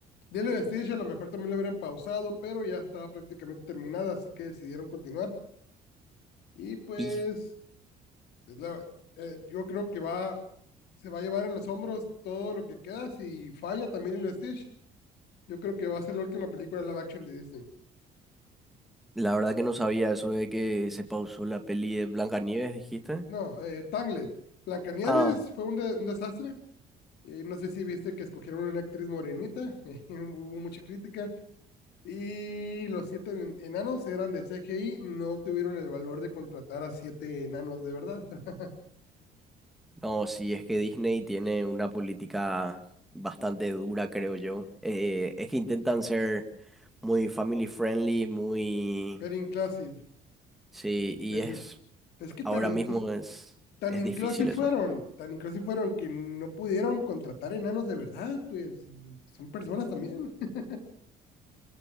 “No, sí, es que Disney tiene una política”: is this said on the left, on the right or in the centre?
Centre